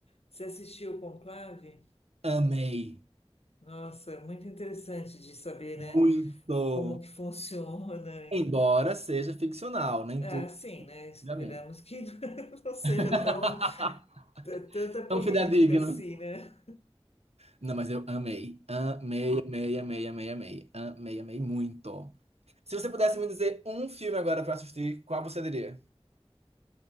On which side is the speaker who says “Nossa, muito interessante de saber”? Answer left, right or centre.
Left